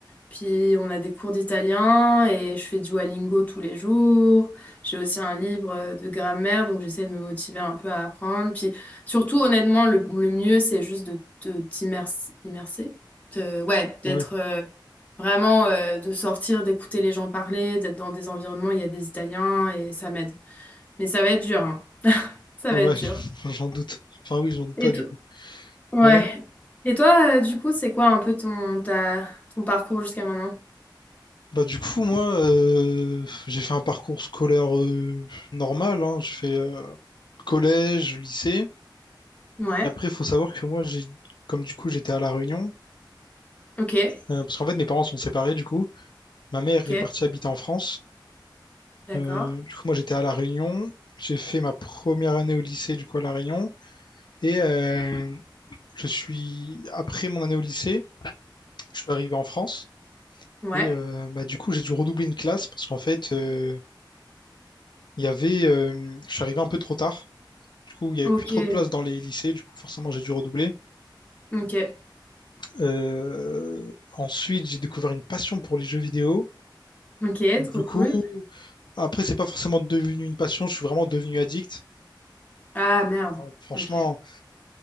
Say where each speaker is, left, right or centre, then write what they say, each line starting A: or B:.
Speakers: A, on the left (about 20°); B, on the left (about 65°).
A: Puis on a des cours d'italien et je fais du Duolingo tous les jours. J'ai aussi un livre de grammaire, donc j'essaie de me motiver un peu à apprendre. Puis surtout, honnêtement, le, le mieux, c'est juste de, de t'immerser, immerser, Te- ouais, d'être
B: Ouais,
A: euh, vraiment, euh, de sortir, d'écouter les gens parler, d'être dans des environnements où il y a des Italiens et ça m'aide. Mais ça va être dur, hein. Ça
B: Ah
A: va
B: ouais,
A: être dur.
B: <laughs> j'en doute. Enfin oui, j'en doute
A: Et
B: pas, du
A: tout.
B: coup.
A: Ouais.
B: Ouais.
A: Et toi, euh, du coup, c'est quoi un peu ton, ta, ton parcours jusqu'à maintenant?
B: Bah du coup moi euh, j'ai fait un parcours scolaire euh, normal, hein. J'ai fait euh, collège, lycée.
A: Ouais.
B: Et après il faut savoir que moi j'ai comme du coup j'étais à La Réunion,
A: Ok.
B: euh, parce qu'en fait mes parents sont séparés du coup. Ma mère
A: Ok.
B: est partie habiter en France.
A: D'accord.
B: Euh, du coup moi j'étais à La Réunion. J'ai fait ma première année au lycée du coup à La Réunion. Et euh, je suis après mon année au lycée, je suis arrivé en France.
A: Ouais.
B: Et euh, bah, du coup j'ai dû redoubler une classe parce qu'en fait euh, il y avait euh, je suis arrivé un peu trop tard. Du coup, il n'y avait
A: Ok.
B: plus trop de place dans les lycées, du coup, forcément, j'ai dû redoubler.
A: Ok.
B: Euh, ensuite, j'ai découvert une passion pour les jeux vidéo.
A: Ok. Trop
B: Du coup,
A: cool.
B: après, c'est pas forcément devenu une passion, je suis vraiment devenu addict.
A: Ah, merde.
B: Euh, Franchement,
A: Ok.